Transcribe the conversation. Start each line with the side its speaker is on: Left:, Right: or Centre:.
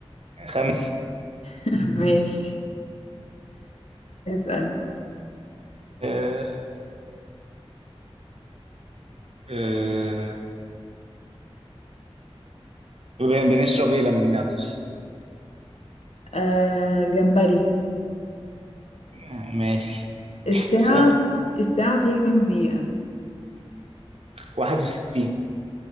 Right: خمسة
Left: <laughs> ماشي اسأل
Right: آه آه بن- بنشرب ايه لما بنعطش
Left: أه... جمبري
Right: آه ماشي
Left: الساعة
Right: <laughs> سأل
Left: الساعة فيها كم دقيقة؟
Right: 61